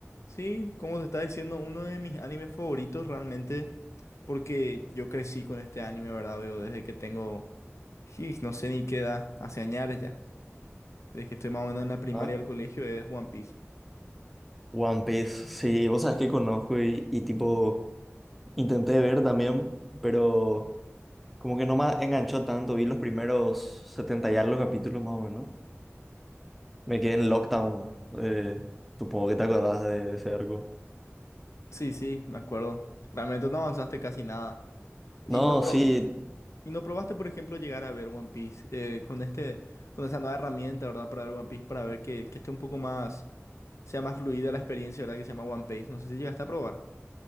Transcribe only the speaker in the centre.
Ah,
One Piece, sí, vos sabés que conozco y, y tipo intenté ver también, pero como que no me enganchó tanto, vi los primeros 70 y algo capítulos más o menos. Me quedé en Lockdown, eh, supongo que te acordás de ese arco.
No,
sí,